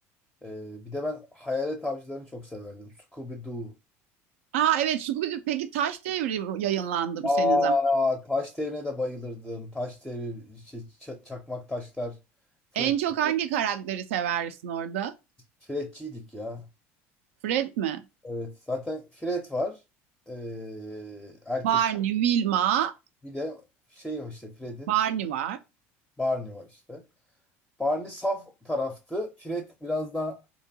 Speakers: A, in the centre; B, on the right.
A: Ee, bir de ben Hayalet Avcılarını çok severdim. Scooby-Doo.
B: Aa evet Scooby-Doo. Peki Taş Devri yayınlandı
A: Aa,
B: mı senin zaman?
A: taş devrine de bayılırdım. Taş devri, şey, ça- çakmak taşlar. Fred,
B: En çok hangi karakteri seversin orada?
A: Fredçiydik ya.
B: Fred mi?
A: Evet, zaten Fred var. Ee, erkek
B: Barney, Wilma,
A: bir de şey var işte Fred'in
B: Barney var.
A: Barney var işte. Barney saf taraftı. Fred biraz daha